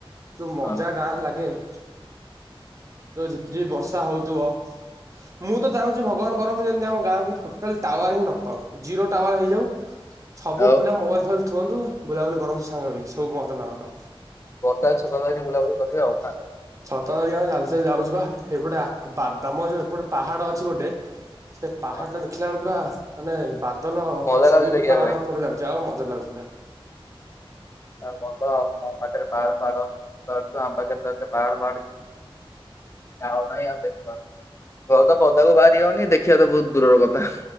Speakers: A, on the right; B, on the left.
A: ଯୋଉ ମଜା
B: ହଁ
A: ଗାଁରେ ଲାଗେ ଯୋଉ ଝିପିଝିପି ବର୍ଷା ହଉଥିବ, ମୁଁ ତ ଚାହୁଁଚି ଭଗବାନ କରନ୍ତୁ ଯେନ୍ତି ଆମ ଗାଁକୁ ଟୋଟାଲ ଟାୱାର ହିଁ ନପାଉ ଜିରୋ ଟାୱାର ହେଇଯାଉ। ସବୁ
B: ଆଉ
A: ପିଲା ମୋବାଇଲ ଫୋବାଇଲ ଥୁଅନ୍ତୁ ବୁଲାବୁଲି କରନ୍ତୁ ସାଙ୍ଗ ହେଇକି ସବୁ ମଜା ଲାଗନ୍ତା।
B: ବର୍ଷା ଛତା
A: ବତାଶ
B: ଧରିକି ବୁଲାବୁଲି
A: <unintelligible>
B: କରିବେ ଆଉ ନା
A: ଶରତ ହରିକା ଆମେ ଚାଲି ଚାଲି ଯାଉଚୁ ପା ଏପଟେ ଆ ବାଦାମ ଯୋଉ ଏପଟ ପାହାଡ ଅଛି ଗୋଟେ, ସେ ପାହାଡ
B: ହଁ
A: ଟା ଦେଖିଲା ବେଳକୁ ପୁରା ମାନେ ବାଦଲ
B: ମଜା
A: ଛୁଇଁକି
B: ଲାଗୁଛି ଦେଖିବା
A: ପାହାଡ
B: ପାଇଁ
A: ଉପରେ ଯାଉ ଯା ହଉ ମଜା ଲାଗୁଚି ପୁରା।
B: ଯାହା ହଉ ଭଲ ଆଉ ତମ ପାଖରେ ପାହାଡ଼ ଫାହାଡ଼ ଅଛି, <unintelligible> ଆମ ପାଖରେ ତ ଏତେ ପାହାଡ଼ ଫାହାଡ଼ କିଛି ଯାହା ହଉ ଭାଇ ଆଉ ଦେଖି ପାରୁ, ଘରୁ ତ ପଦାକୁ ବାହାରି ହଉନି ଦେଖିବା ତ ବହୁତ ଦୂର ର କଥା।